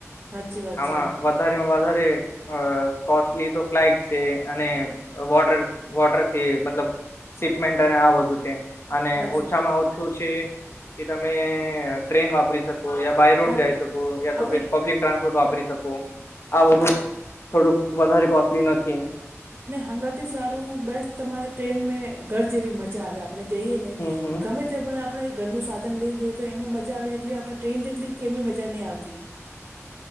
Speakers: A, on the right; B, on the left.
A: સાચી વાત
B: આમાં.
A: છે.
B: વધારે વધારે અ કોસ્ટલી તો ફ્લાઇટ છે અને. વોટર વોટરથી મતલબ સિપમેન્ટ અને આ બધું છે. અને
A: હાચી
B: ઓછામાં ઓછું છે કે તમે? ટ્રેન વાપરી શકો યા બાય રોડ
A: હા
B: જાય શકો યા તો
A: આપણી
B: ફ પબ્લિક ટ્રાન્સપોર્ટ વાપરી શકો. આ બધું થોડુંક વધારે કોસ્ટલી નથી.
A: નને હંગાથી સારું બેસ્ટ તમારે ટ્રેન મે ઘર જેવી મજા આવ્યા. આપણે જઈએ અનેને
B: હમ હમ
A: ગમે પણ આપણે ઘરનું સાધન લઈને જઈએ તો એમાં મજા આવે એટલી આપણે ટ્રેન જેટલી કે એવી મજા નહીં આવતી.